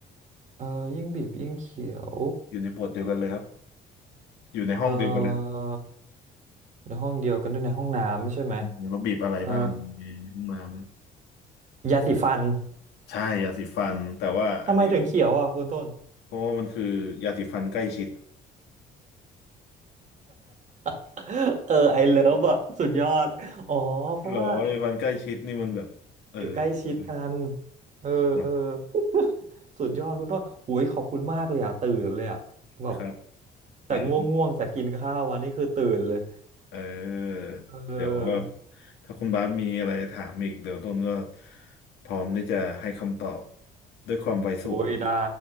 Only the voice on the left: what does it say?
อยู่ในหมวดเดียวกันเลยครับอยู่ในห้องเดียวกันเลยค
รับเราบีบอะไรบ้างในห้องน้ำ
ใช่ยาสีฟันแต่ว่าอันนี้
เพราะว่ามันคือยาสีฟันใกล้ชิด
หรอยาสีฟันใกล้ชิดนี่มันแบบเออ
แ
บบ
ครับเจ๋ง
เออเดี๋ยวว่า
ถ้าคุณบาสมีอะไรถามอีกเดี๋ยวต้นก็พร้อมที่จะให้คำตอบด้วยความไวสูง